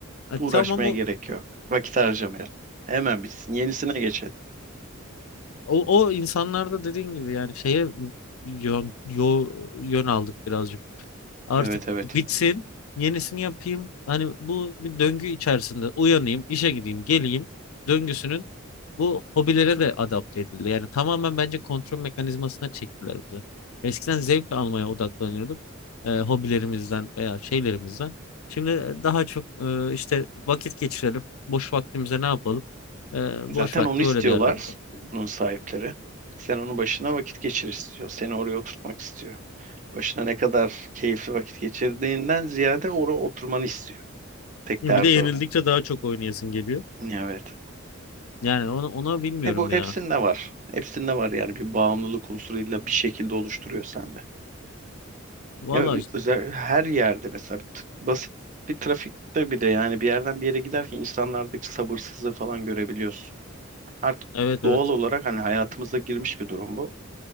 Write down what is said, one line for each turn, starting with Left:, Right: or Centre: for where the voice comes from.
Left: e,
Right: Uğraşmaya
Left: tamam o
Right: gerek yok. Vakit harcamayalım. Hemen bitsin. Yenisine geçelim.
Left: O, o insanlarda dediğin gibi yani şeye yön, yo, yön aldık birazcık. Artık
Right: Evet evet.
Left: bitsin, yenisini yapayım. Hani bu bir döngü içerisinde uyanayım, işe gideyim, geleyim döngüsünün bu hobilere de adapte edildi. Yani tamamen bence kontrol mekanizmasına çektiler bizi. Eskiden zevk almaya odaklanıyorduk e, hobilerimizden veya şeylerimizden. Şimdi daha çok e, işte vakit geçirelim, boş vaktimize ne yapalım? E,
Right: Zaten
Left: boş vakti
Right: onu istiyorlar
Left: böyle değerlendirelim.
Right: bunun sahipleri. Sen onun başına vakit geçir istiyor. Seni oraya oturtmak istiyor. Başına ne kadar keyifli vakit geçirdiğinden ziyade oraya oturmanı istiyor. Tek
Left: Bir
Right: derdi
Left: de yenildikçe
Right: o.
Left: daha çok oynayasın geliyor.
Right: Evet.
Left: Yani ona, ona bilmiyorum
Right: He bu
Left: ya.
Right: hepsinde var. Hepsinde var yani bir bağımlılık unsuruyla bir şekilde oluşturuyor sende.
Left: Valla
Right: Ya, özel, her yerde mesela t- basit bir trafikte bir de yani bir yerden bir yere giderken insanlardaki sabırsızlığı falan görebiliyorsun. Artık
Left: evet evet.
Right: doğal olarak hani hayatımıza girmiş bir durum bu.